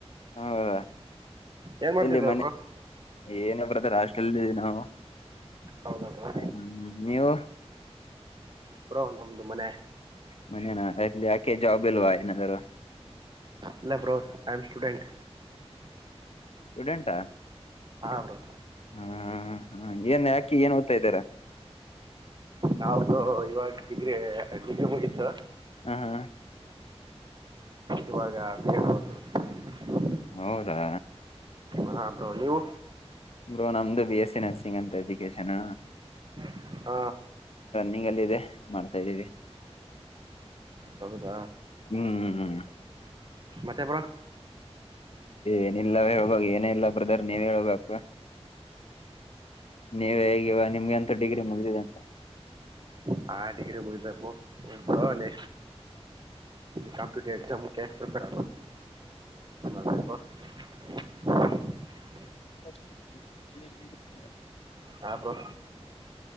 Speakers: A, on the left; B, on the right.
A: ಹೌದಾ
B: ಏನ್ ಮಾಡ್ತಿದ್ದೀರ
A: ಇಲ್ಲಿ ಮನೆ
B: ಬ್ರೋ
A: ಏನೇ ಬ್ರಾಥರ್ ಹಾಸ್ಟಲ್ ಹಾ
B: ಹೌದಾ ಬ್ರೋ
A: ಹ್ಮ ನೀವು
B: ಬ್ರೋ ನಮ್ದು ಮನೆ
A: ಮನೆ ನ ಯಾಕೆೆ ಜೊಬಲ್ಲವಾದರ <unintelligible>
B: ಎಲ್ಲಾ bro I am student
A: student <unintelligible>
B: ಹಾ ಬ್ರೋ
A: ಹ ಹಾ ಹಾ ಏನ್ ಯಾಕಿ ಏನ್ ಓದ್ತಾ ಇದ್ದಾರ <unintelligible>
B: ನಾವ್ದ ಇವಾಗ ಡಿಗ್ರಿ ಡಿಗ್ರಿ ಮುಗತ್ತು
A: ಹ್ಮ್ ಹಾ
B: ಇವಾಗ ಬೌದು <unintelligible>
A: ಹೌದಾ
B: ಹ ಬ್ರೋ ನೀವು
A: <unintelligible> ರು ನಮ್ದು ಬಿ ಎಸ್ಸ ನರ್ಸಿಂಗ್ ಅಂತ ಎಜುಕೇಶನ್
B: ಹ್ಮ
A: ಹಂಗಲ್ಲ ಇದೆ ಮಾಡ್ತಾ ಇದ್ದೀವಿ
B: ಹೌದಾ
A: ಹ್ಮ್ ಹ್ಮ್
B: ಮತ್ತೆ ಬ್ರೋ
A: ಏನಿಲ್ಲ ಹೇಳ್ಬ ಏನ ಇಲ್ಲ ಬ್ರದರ್ ನೀವ್ ಹೇಬೇಕು ನೀವ ಹೇಗಿವ ನಿಮ್ಗೆ ಎಂತ ಡಿಗ್ರಿ ಮುಗಿದಿದೆ ಅಂತ
B: ಹಾ ಡಿಗ್ರಿ <unintelligible> ಬತಪ್ಪುಬ ನೆ ಕಂಪಟಟಿವ್ ಪ್ರಿಪೇರ್ <unintelligible> ಹ <unintelligible>
A: <unintelligible> <inaudible>
B: ಹಾ ಬ್ರೋ